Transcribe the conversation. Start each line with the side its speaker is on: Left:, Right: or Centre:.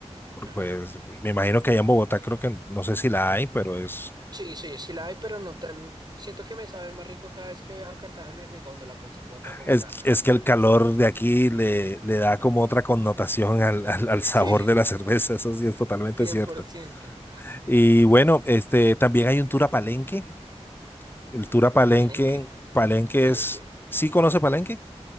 Left: Por-
Right: Ujú.
Left: Pues me imagino que allá en Bogotá creo que no sé si la hay, pero es,
Right: Sí, sí, sí la hay, pero no tan. Siento que me sabe más rico cada vez que viajo a Cartagena que cuando la consumo acá en Bogotá.
Left: es, es que el calor de aquí le, le da como otra connotación al, al, al sabor
Right: Sí,
Left: de la cerveza, eso sí es totalmente
Right: cien
Left: cierto.
Right: por ciento.
Left: Y bueno, este, también hay un tour a Palenque. El tour a Palenque,
Right: A Palenque,
Left: Palenque
Right: Palenque.
Left: es, ¿sí conoce Palenque?